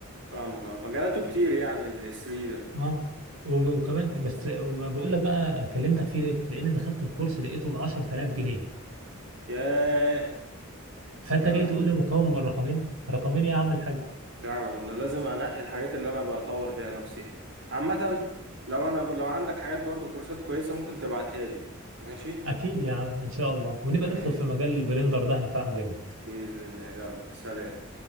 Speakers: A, on the right; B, on the right.
A: فاهمك اه مجالاته كتير يعني ال 3 ده
B: اه و- وكمان بس بقول لك بقى كلمتك فيه ليه لان دخلت الكورس لقيته ب 10000 جنيه
A: ياه
B: فانت
A: اه
B: جاي تقول لي مكون من رقمين رقمين إيه يا عم الحاج
A: فعلا والله لازم انقي الحاجات اللي انا بطور بيها نفسي عامة لو انا ب... لو عندك حاجات برضو كورسات كويسة ممكن تبعتها لي ماشي
B: اكيد يا عم ان شاء الله ونبقى
A: ماشي
B: ندخل في مجال البلندر ده هينفعنا جامد
A: بإذن الله يلا سلام